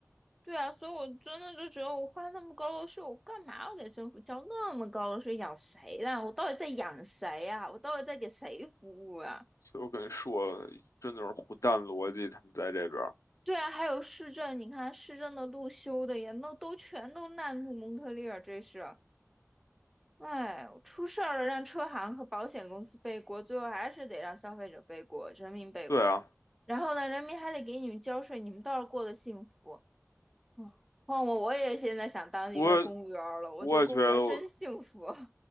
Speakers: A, in the centre; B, on the left.
A: 对啊，所以我真的就觉得我花那么高的税，我干嘛要给政府交那么高的税？养谁呢？我到底在养谁呀？我到底在给谁服务啊？
B: 就以我跟你说了，真的是虎蛋逻辑，他们在这边儿。
A: 对啊，还有市政，你看市政的路修的也那都全都烂路蒙特利尔，这是。哎，出事儿了，让车行和保险公司背锅，最后还是得让消费者背锅，人民背锅。
B: 对啊，
A: 然后呢，人民还得给你们交税，你们倒是过得幸福。嗯，换我，我也现在想当一个公务员儿了，
B: 我
A: 我觉得公务员儿真幸福。
B: 我也觉得我，
A: <laughs>